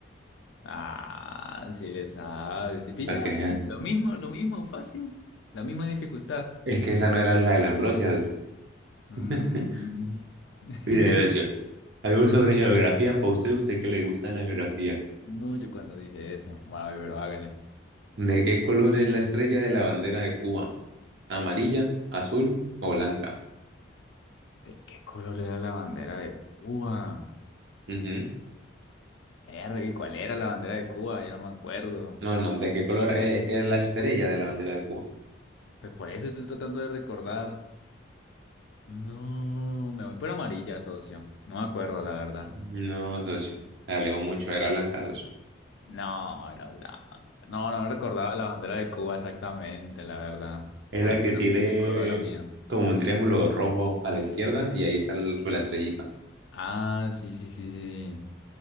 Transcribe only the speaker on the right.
Para que vean.
Es que esa no era la de la Ambrosia, socio.
<laughs>
Mire, socio, algo sobre geografía para usted, usted que le gusta la geografía.
¿De qué color es la estrella de la bandera de Cuba? ¿Amarilla, azul o blanca?
Ujú.
No, no, ¿de qué color e- es, la estrella de la bandera de Cuba?
No, socio. Se alejó mucho. Era blanca, socio.
Es
la
que tiene
como un triángulo rojo a la izquierda y ahí está el- la estrellita.